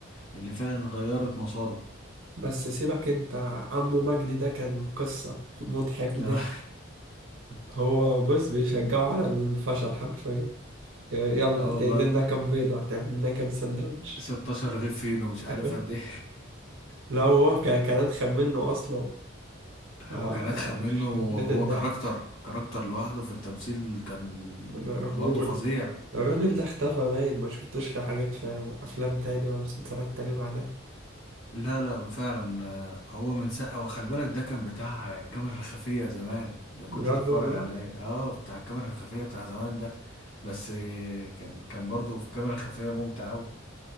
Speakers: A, on the left; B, on the right.
A: اللي فعلا غيرت مساره
B: بس سيبك انت عمو مجدي ده كان قصة <laughs> مضحك ضحك
A: ده
B: هو بص بيشجعه على الفشل حرفيا يلا
A: <laughs> اه
B: هتقللنا
A: والله
B: لنا كام بيضة هتعمل لنا كام سندوتش
A: 16 رغيف فين ومش عارف
B: <laughs>
A: قد ايه
B: لو هو كان كان اتخن منه اصلا
A: هو
B: آه،
A: كان أدخل منه
B: يخرب بيت
A: هو
B: الضحك
A: كاركتر كاركتر لوحده في التمثيل كان
B: الراجل
A: برضه فظيع
B: الراجل ده اختفى باين ما شفتوش في حاجات في افلام تاني ولا مسلسلات تاني بعدها
A: لا لا فعلا آه، هو من ساعة وخلي بالك ده كان بتاع الكاميرا الخفية زمان لو
B: بجد
A: كنت تتفرج
B: والله
A: عليه اه بتاع الكاميرا الخفية بتاع زمان ده بس آه، كان كان برضه في كاميرا خفية ممتع أوي